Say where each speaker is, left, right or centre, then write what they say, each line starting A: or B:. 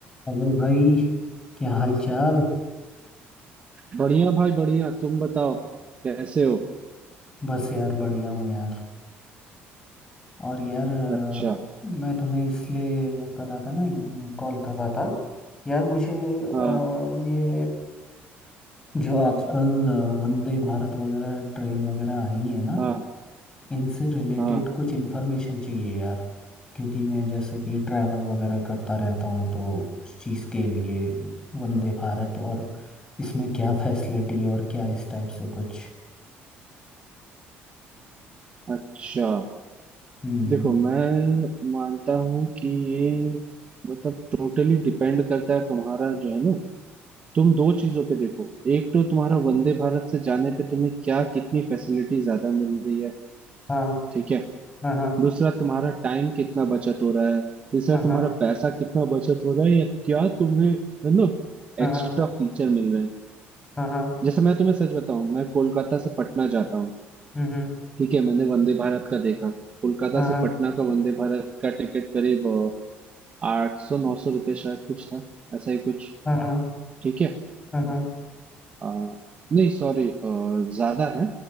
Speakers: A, on the left; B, on the right.
A: Hello भाई क्या हाल चाल
B: बढ़िया भाई बढ़िया तुम बताओ कैसे हो
A: बस यार बढ़िया हूँ यार और यार अ,
B: अच्छा
A: मैं तुम्हें इसलिए वो कर रहा था ना कॉल कर रहा था यार मुझे
B: हाँ
A: अ, ये जो आजकल अ, वंदे भारत वगैरह ट्रेन वगैरह आई है ना
B: हाँ
A: इनसे रिलेटेड
B: हाँ
A: कुछ इन्फॉर्मेशन चाहिए यार क्योंकि मैं जैसे कि ट्रैवल वगैरह करता रहता हूँ तो उस चीज़ के लिए वंदे भारत और इसमें क्या फैसिलिटी और क्या इस टाइप से कुछ
B: अच्छा
A: हम्म
B: देखो मैं मानता हूँ कि ये मतलब टोटली डिपेंड करता है तुम्हारा जो है ना तुम दो चीजों पे देखो एक तो तुम्हारा वंदे भारत से जाने पे तुम्हें क्या कितनी फैसिलिटी ज्यादा मिल रही है
A: हाँ
B: ठीक है
A: हाँ हाँ
B: दूसरा तुम्हारा टाइम कितना बचत हो रहा है तीसरा
A: हाँ
B: तुम्हारा पैसा कितना बचत हो रहा है या क्या तुम्हें है ना
A: हाँ
B: एक्स्ट्रा
A: हाँ हाँ
B: फीचर मिल रहे हैं
A: हाँ हाँ
B: जैसे मैं तुम्हें सच बताऊं मैं कोलकाता से पटना जाता हूँ
A: हम्म हम्म,
B: ठीक है मैंने वंदे भारत का देखा कोलकाता
A: हाँ
B: से पटना का वंदे भारत का टिकट करीब आठ सौ नौ सौ रुपये शायद कुछ था ऐसा ही कुछ
A: हाँ हाँ
B: ठीक है
A: हाँ हाँ
B: अ, नहीं सॉरी ज्यादा है